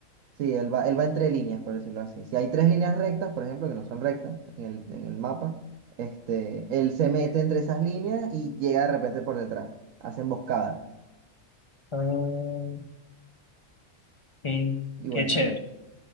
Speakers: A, on the right; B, on the left.
A: Sí, él va, él va entre líneas, por decirlo así. Si hay tres líneas rectas, por ejemplo, que no son rectas en el, en el mapa, este, él se mete entre esas líneas y llega de repente por detrás, hace emboscada.
B: Ah, qué,
A: Y
B: qué
A: bueno,
B: chévere.